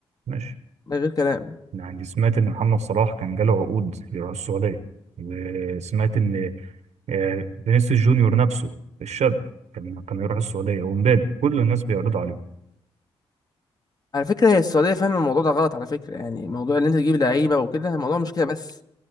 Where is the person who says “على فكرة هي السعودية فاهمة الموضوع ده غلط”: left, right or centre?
Left